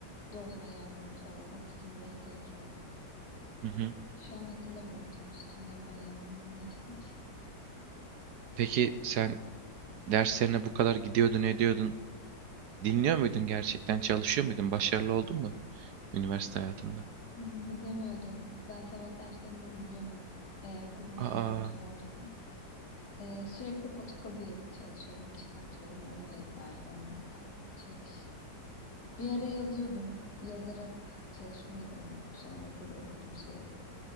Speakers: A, on the left; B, on the right.
A: Doz ayarlama falan o kısım biraz sayısal ama.
B: Hı hı.
A: Şu an hatırlamıyorum tabii üstünden bayağı zaman geçti.
B: Peki sen derslerine bu kadar gidiyordun, ediyordun. Dinliyor muydun gerçekten? Çalışıyor muydun? Başarılı oldun mu? Üniversite hayatında.
A: Hmm, Dinlemiyordum. Ben sabah derslerinde uyuyordum. Eğer kızmayan
B: Aa.
A: bir hoca varsa. Ee, sürekli fotokopi çalışıyordum, çıkartıyordum. Onu ezberle, onu oku, çalış. Bir ara yazıyordum. Yazarak çalışmayı da bıraktım. Sonra full okudum sürekli.